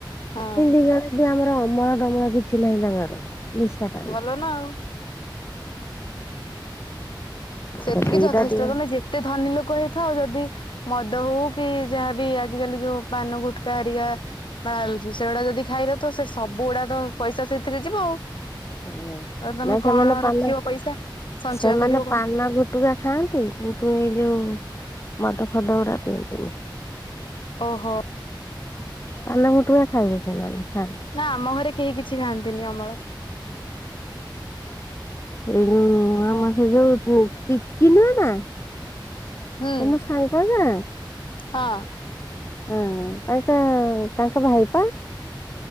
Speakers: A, on the left; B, on the left.
A: ହଁ
B: ବିହା ଘର ଅମଳ ଢମଳ କିଛି ନାହିଁ ତାଙ୍କର ନିଶା ପାଣି।
A: ଭଲ ନା ଆଉ। ସେତିକି
B: ସେତିକିଟା
A: ଯଥେଷ୍ଟ
B: ଟିକେ
A: ମାନେ ଯେତେ ଧନୀ ଲୋକ ହେଇଥାଉ ଯଦି ମଦ ହଉ କି ଯାହାବି ଆଜିକାଲି ଯୋଉ ପାନ ଗୁଟକା ହରିକା। ବାହାରୁଛି ସେଗୁଡା ଯଦି ଖାଇଲ ତ ସେ ସବୁ ଗୁଡା ତ ପଇସା ସେଇଥିରେ ଯିବ ଆଉ।
B: ଉଁ
A: ଆଉ ତମେ
B: ନା
A: କଣ
B: ସେମାନେ ପାନ
A: ରଖିବ ପଇସା ସଞ୍ଚୟ
B: ସେମାନେ
A: କରିବ କଣ
B: ପାନ ଗୁଟୁକା ଖାଆନ୍ତି କିନ୍ତୁ ଏଇ ଯୋଉ ମଦ ଫଦ ଗୁରା ପିଅନ୍ତିନି।
A: ଓହୋ।
B: ପାନ, ଗୁଟୁଖା ଖାଇବେ ସେମାନେ ଖାଆନ୍ତି।
A: ନା ଆମ ଘରେ କେହି କିଛି ଖାଆନ୍ତିନି ଅମଳ।
B: ଏଇ ଯୋଉ ଆମର ସେ ଯୋଉ ଟିକି ନୁହେଁ ନା
A: ହୁଁ
B: ତମ ସାଙ୍ଗ ବା।
A: ହଁ।
B: ହଁ ତାଙ୍କ ତାଙ୍କ ଭାଇ ପା।